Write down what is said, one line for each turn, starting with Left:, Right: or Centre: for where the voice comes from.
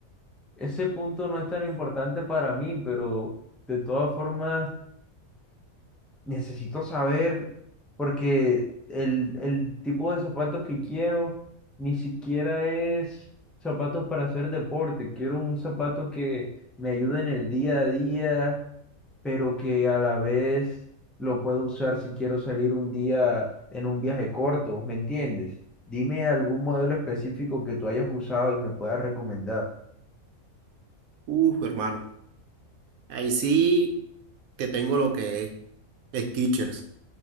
Centre: Ese punto no es tan importante para mí, pero de todas formas necesito saber porque el, el tipo de zapatos que quiero ni siquiera es zapatos para hacer deporte. Quiero un zapato que me ayude en el día a día, pero que a la vez lo puedo usar si quiero salir un día en un viaje corto, ¿me entiendes? Dime algún modelo específico que tú hayas usado y me puedas recomendar.
Right: Uf, hermano. Ahí sí te tengo lo que es Skechers.